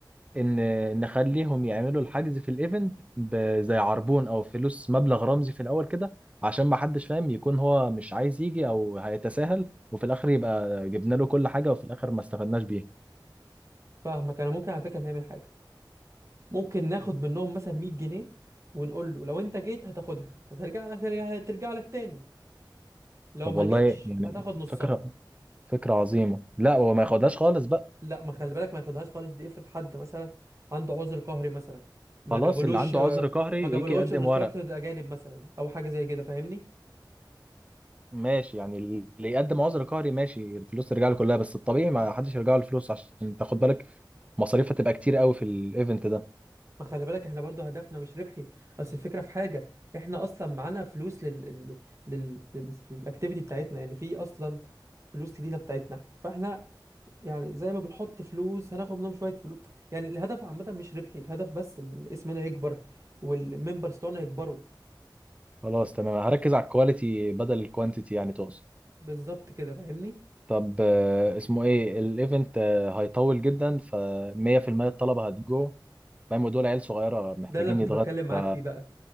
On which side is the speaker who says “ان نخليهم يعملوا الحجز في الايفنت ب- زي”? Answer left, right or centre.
Right